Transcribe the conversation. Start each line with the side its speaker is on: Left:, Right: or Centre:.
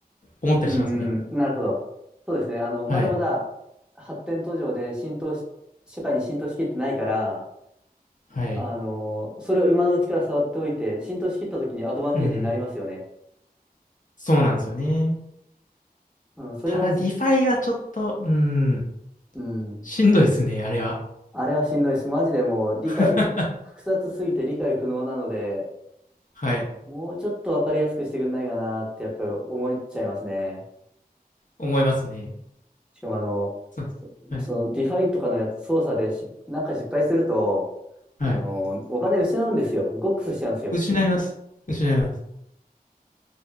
Left: 思ったりしますね。
Centre: うん、うん、なるほど。そうですね。あの、まだまだ発展途上で浸透し、
Left: はい。
Centre: 社会に浸透しきってないから、
Left: はい。
Centre: あの、それを今のうちから触っておいて、浸透しきった時にアドバンテージになりますよね。
Left: うん。そうなんですよね。
Centre: うん、それはす、
Left: ただ、ディファイはちょっと、うん、
Centre: うん、
Left: しんどいですね、あれは。
Centre: あれはしんどいし、マジでもう理解、
Left: <laughs>
Centre: 複雑すぎて理解不能なので、
Left: はい。
Centre: もうちょっとわかりやすくしてくんないかなってやっぱり思っちゃいますね。
Left: 思いますね。
Centre: しかもあの、
Left: そうです。
Centre: そ、
Left: はい。
Centre: そのディファイとかのやつ操作でし、なんか失敗すると、あの、
Left: はい。
Centre: お金失うんですよ。ゴックスしちゃうんですよ。
Left: 失います。失います。